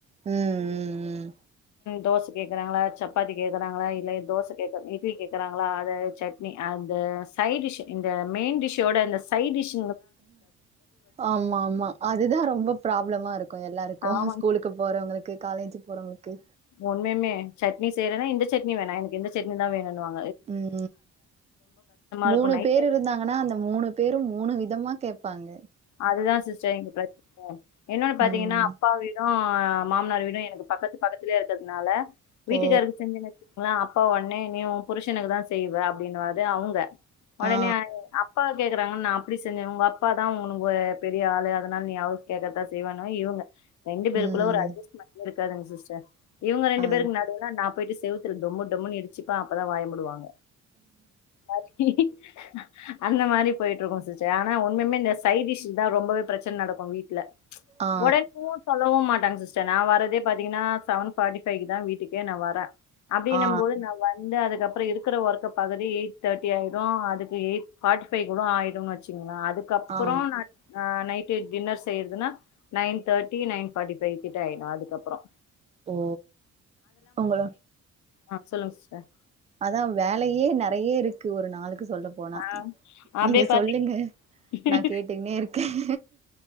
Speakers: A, on the right (about 20°); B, on the left (about 70°).
A: ம் ம்
B: தோசை கேக்குறாங்களாப் சப்பாதி கேக்குறாங்களா இல்ல தோசை கேக்குற இட்லி கேக்குறாங்க அதது சட்னி அந்த சைட் டிஷ் இந்த மெயின் டிஷ்ோட இந்த சைட் டிஷ்
A: ஆமா ஆமா அதுதான் ரொம்ப ப்ராப்ளமா இருக்கும் எல்லாருக்கும்
B: ஆமாங்க
A: ஸ்கூலுக்கு போறவங்களுக்கு காலேஜுக்கு போறவங்களுக்கு
B: உ ண்ுமே சட்னி செய்றேன இந்த சட்னி வேணாம் எனக்கு இந்த சட்னி தான் வேணும்னுுவாங்க
A: உம் மூணு
B: இருக்கும் நைட்
A: பேரு இருந்தாங்கன்னா அந்த மூணு பேரும் மூணு விதமா கேட்பாங்க
B: அதுதான் சிஸ்டர் இங்க பிரச்சனை என்ன்னொன்னு பாத்தீங்கன்னா
A: ம்
B: அப்பா வீட ஆஹ மாமனார் வீடும்ும் எனக்கு பக்கத்து பக்கத்திலயே இருக்கிறதுனால வீட்டுக்காருக்கு
A: ஓ
B: செஞ்சு நைச்சலாம் அப்பா உடனே நீ புருஷனுக்கு தான் செய்வ அப்படின்னுுவது அவங்க உடனே
A: ஆ
B: அப்பா கேக்குறாங்க நான் அப்படி செஞ்சேனா உங்க அப்பா தான் உங்க உனக்கு பெரிய ஆளு அதனால நீ அவரு கேட்கிறதா செய்வானும் இவங்க ரெண்டு பேருக்குள்ள
A: ம்
B: ஒரு அஜஸ்க்கு இருக்காதூங்க சிஸ்டர் இவங்க ரெண்டு
A: அ
B: பேருக்கு நடடுவுனா நா போயிட்டு செவுத்துல டொம்மு டொம்முனு இடிச்சுப்ப அப்பதான் வாயம் மூடுவாங்க அக்க <unintelligible> அந்த மாதிரி போயிட்டு இருக்கும் சிச்ச ஆனா உண்மே சைடிஷ் தான் ரொம்பவே பிரச்சனை நடக்கும் வீட்டுல
A: ஆ
B: உடம்பவும் சொல்லவும் மாட்ட சி்ஸ்டர் நான் வரதே பாத்தீங்கன்னா செவன் ஃபார்டி ஃபை தான் வீட்டுே நான் வரேன் அப்டின்னும்
A: ஆ
B: போது நான் வந்து அதுக்கு அப்புற இருக்கிற ஒர்க பகுதி எய் தேர்டி ஆயிடும் அதுக்கு எய்ட் ஃபாட்டி ஃபை கூட ஆயிடும்னு வச்சிக்கொங்களேன் அதுக்கப் அப்புறம்
A: ஆ
B: நா ஹ நைட் டின்னர் செய்யறதுன்னா nine thirty nine forty five கிட்ட ஆயிடும் அதுக்கப்புறம்
A: ஓ உங்கள
B: ஆஹ் சொல்லுங்க சிஸ்டர்
A: அதான் வேலயே நறைய இருக்கு ஒரு நாளுக்கு சொல்ல போனா
B: ஆ அப்டியே
A: நீங்க சொல்லுங்க
B: பாத்தீங்க
A: நான் கேட்டுங்கன்னே இருக்கேன்